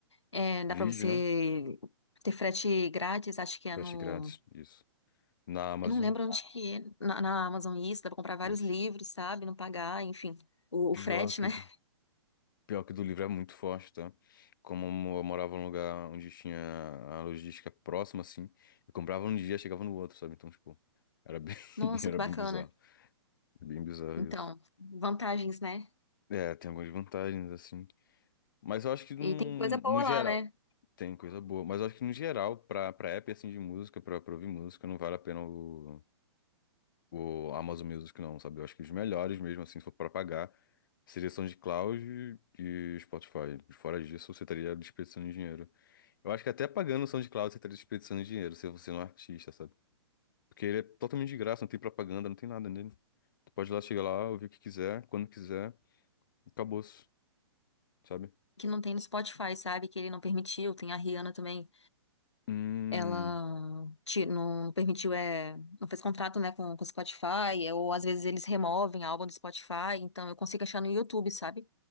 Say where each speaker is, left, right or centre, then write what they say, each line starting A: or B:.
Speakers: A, on the left; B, on the left.
A: É, dá
B: Vídeo,
A: pra você
B: né?
A: ter frete grátis, acho que é
B: Frete
A: no.
B: grátis, isso. Na Amazon,
A: Eu não lembro onde que é. Na, na Amazon isso, dá pra comprar vários
B: isso.
A: livros, sabe? Não pagar, enfim. O,
B: Pior
A: o frete,
B: que
A: né?
B: do,
A: <laughs>
B: pior que do livro é muito forte, tá? Como eu morava num lugar onde tinha a logística próxima, assim, eu comprava um dia, chegava no outro, sabe? Então, tipo, era bem,
A: Nossa,
B: <laughs> era
A: que bacana.
B: bem bizarro. Bem bizarro
A: Então,
B: isso.
A: vantagens, né?
B: É, tem algumas vantagens, assim. Mas eu acho que num,
A: E tem coisa boa
B: no geral.
A: lá, né?
B: Tem coisa boa, mas eu acho que no geral, pra, pra app assim de música, pra, pra ouvir música, não vale a pena o, o Amazon Music, não, sabe? Eu acho que os melhores mesmo, assim, se for pra pagar, seria SoundCloud e Spotify. Fora disso, você estaria desperdiçando dinheiro. Eu acho que até pagando o SoundCloud, você estaria desperdiçando dinheiro, se você não é um artista, sabe? Porque ele é totalmente de graça, não tem propaganda, não tem nada nele. Tu pode ir lá, chegar lá, ouvir o que quiser, quando quiser, acabou-se, sabe?
A: Que não tem no Spotify, sabe? Que ele não permitiu. Tem a Rihanna também.
B: Hum,
A: Ela ti- não permitiu, é, não fez contrato, né, com com o Spotify. é, Ou às vezes eles removem álbum do Spotify. Então eu consigo achar no YouTube, sabe?